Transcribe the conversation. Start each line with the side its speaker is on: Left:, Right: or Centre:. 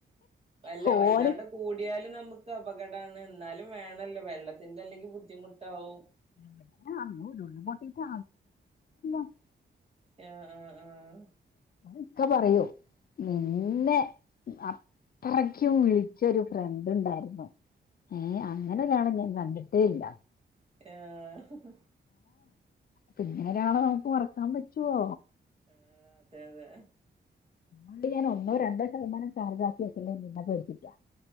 Right: വല്ല
Left: ഫോണ്
Right: വല്ലാണ്ട് കൂടിയാലും നാമ്ക്ക് അപകടാന്ന് എന്നാലും വേണല്ലോ വെള്ളത്തിന്റെ അല്ലെങ്കി ബുദ്ധിമുട്ടാവും
Left: <unintelligible> പൊട്ടിട്ട് <unintelligible>
Right: ഏഹ് ആഹ് ആഹ്.
Left: ഇക്ക പറയോ നിന്നെ അ ത്രക്കും വിളിച്ചൊരു ഫ്രണ്ട് ഉണ്ടായിരുന്നു ഏ അങ്ങനെ ഒരാളെ ഞാൻ കണ്ടിട്ടേല്ല.
Right: ആഹ് ഹ്
Left: പിന്നെ ഒരാളെ നമുക്ക് മറക്കാൻ പറ്റുവോ
Right: ഏ അതെ അതെ
Left: ണ്ട് ഞാൻ ഒന്നോ രണ്ടോ ശതമാനം ചാർജ് ആക്കി വെക്കുന്നത് നിന്നെ പേടിപ്പിട്ടാ